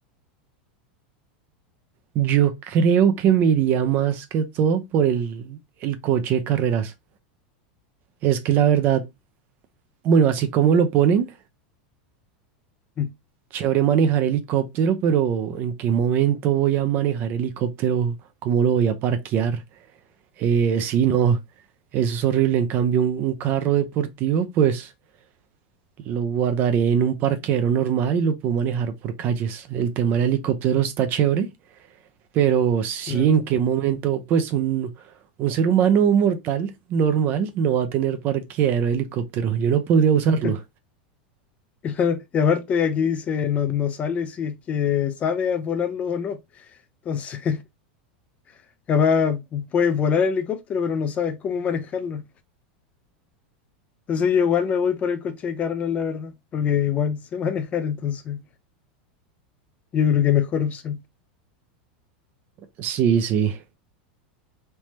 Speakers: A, on the right; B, on the left.
A: yo creo que me iría más que todo por el, el coche de carreras. Es que la verdad, bueno, así como lo ponen,
B: Mm,
A: chévere manejar helicóptero, pero ¿en qué momento voy a manejar helicóptero? ¿Cómo lo voy a parquear? Eh, sí, no, eso es horrible. En cambio, un un carro deportivo, pues... Lo guardaré en un parqueadero normal y lo puedo manejar por calles. El tema del helicóptero está chévere, pero sí,
B: Claro.
A: en qué momento, pues un, un ser humano mortal normal no va a tener parqueadero de helicóptero. Yo no podría usarlo.
B: <laughs> Claro, Y aparte aquí dice, no, no sale si es que sabes volarlo o no. Entonces, <laughs> capaz puedes volar el helicóptero, pero no sabes cómo manejarlo. Entonces yo igual me voy por el coche de carreras, la verdad, porque igual sé manejar, entonces yo creo que mejor opción.
A: Sí, sí.